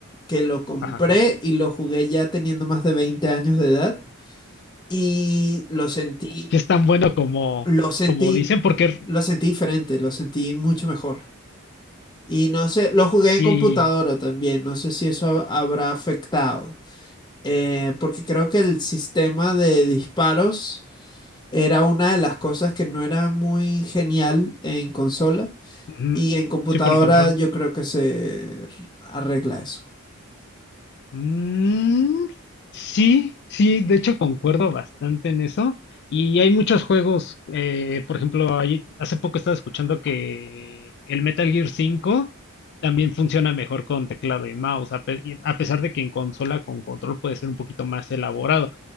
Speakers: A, on the left; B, on the left.
A: que lo compré
B: ajá.
A: y lo jugué ya teniendo más de 20 años de edad y lo sentí,
B: Que es tan bueno como,
A: lo sentí.
B: como dicen, porque
A: Lo sentí diferente, lo sentí mucho mejor. Y no sé, lo jugué en
B: sí,
A: computadora también, no sé si eso ha- habrá afectado. Eh, porque creo que el sistema de disparos era una de las cosas que no era muy genial en consola.
B: ujú,
A: Y en computadora
B: sí, por el control.
A: yo creo que se arregla eso.
B: Mm, sí, sí, de hecho concuerdo bastante en eso. Y hay muchos juegos, eh, por ejemplo, ahí- hace poco estaba escuchando que el Metal Gear 5 también funciona mejor con teclado y mouse, a, pe- y- a pesar de que en consola con control puede ser un poquito más elaborado